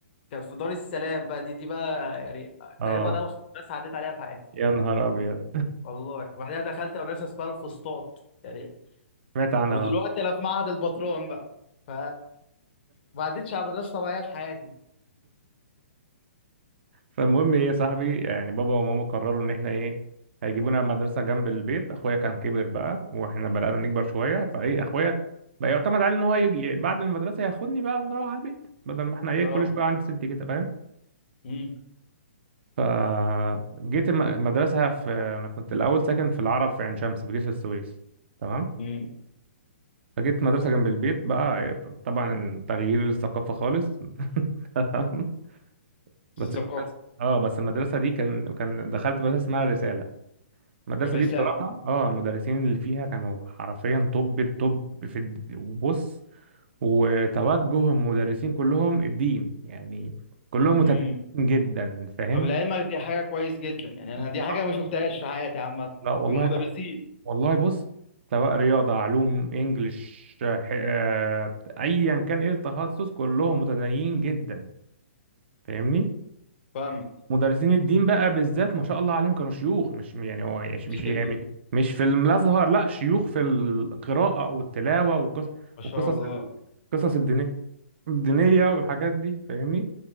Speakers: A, on the left; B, on the right.
A: كانت في دار السلام بقى دي دي بقى يعني
B: اه
A: تقريبا اوسط مدرسه عديت عليها في حياتي
B: يا نهار ابيض
A: والله وبعدها دخلت مدرسه اسمها الفسطاط يعني
B: سمعت عنها
A: ودلوقتي انا في معهد البطرون بقى ف بعدتش عبدالس طبعية في حياتي.
B: فالمهم ايه يا صاحبي يعني بابا وماما قرروا ان احنا ايه هيجيبونا مدرسه جنب البيت اخويا كان كبر بقى واحنا بدانا نكبر شويه فايه اخويا بقى يعتمد عليه ان هو يجي بعد المدرسه ياخدني بقى ونروح على البيت بدل ما احنا ايه
A: اه.
B: كل شويه عند ستي كده فاهم
A: اه.
B: فجيت الم- المدرسه في انا كنت الاول ساكن في العرب في عين شمس في جسر السويس تمام
A: اه.
B: فجيت مدرسة جنب البيت بقى طبعا تغيير الثقافة خالص <laughs> بس
A: الزقافة.
B: اه بس المدرسة دي كان كان دخلت مدرسة اسمها الرسالة المدرسة
A: الرسالة.
B: دي بصراحة اه المدرسين اللي فيها كانوا حرفيا توب التوب في الد- وبص وتوجه المدرسين كلهم الدين يعني كلهم
A: اه.
B: متدينين جدا فاهم
A: اه. بالعلم دي حاجة كويس جدا. يعني انا
B: بالظبط.
A: دي حاجة مش مفتحش في حياتي عامة.
B: لا والله
A: في المدرسين.
B: كانوا والله بص سواء رياضة علوم انجلش ح- آه، ايا كان ايه التخصص كلهم متدينين جدا فاهمني
A: فاهمت.
B: ومدرسين الدين بقى بالذات ما شاء الله عليهم كانوا شيوخ مش يعني هو مش مش
A: <laughs>
B: يعني مش في الازهر لا شيوخ في القراءه والتلاوه والقصص
A: ما شاء
B: وقصص
A: الله.
B: القصص الدينيه الدينيه والحاجات دي فاهمني